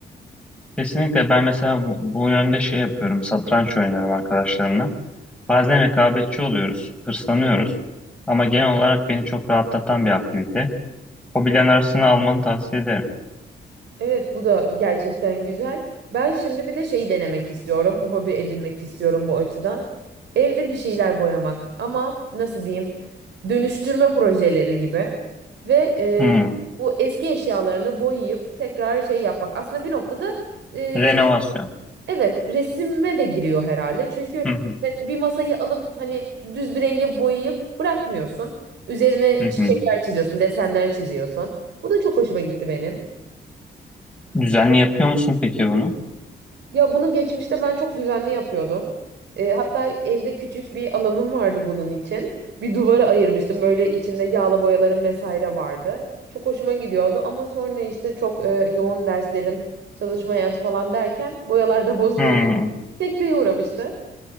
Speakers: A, in the centre; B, on the right.
A: Kesinlikle ben mesela bu, bu yönde şey yapıyorum. Satranç oynuyorum arkadaşlarımla. Bazen rekabetçi oluyoruz, hırslanıyoruz. Ama genel olarak beni çok rahatlatan bir aktivite. Hobilerin arasına almanı tavsiye ederim.
B: Evet bu da gerçekten güzel. Ben şimdi bir de şeyi denemek istiyorum. O hobi edinmek istiyorum bu açıdan. Evde bir şeyler boyamak ama nasıl diyeyim? Dönüştürme projeleri gibi. Ve e,
A: Hmm.
B: bu eski eşyalarını boyayıp tekrar şey yapmak. Aslında bir noktada e,
A: Renovasyon.
B: şey evet resime de giriyor herhalde. Çünkü
A: Hı hı.
B: bir masayı alıp hani düz bir renge boyayıp bırakmıyorsun. Üzerine
A: Hı hı.
B: çiçekler çiziyorsun, desenler çiziyorsun. Bu da çok hoşuma gitti benim.
A: Düzenli yapıyor musun peki bunu?
B: Ya bunu geçmişte ben çok düzenli yapıyordum. E, hatta evde küçük bir alanım vardı bunun için. Bir duvara ayırmıştım. Böyle içinde yağlı boyalarım vesaire vardı. Çok hoşuma gidiyordu ama sonra işte çok e, yoğun derslerim, çalışma hayatı falan derken boyalar da bozulunca
A: Hmm.
B: sekteye uğramıştı.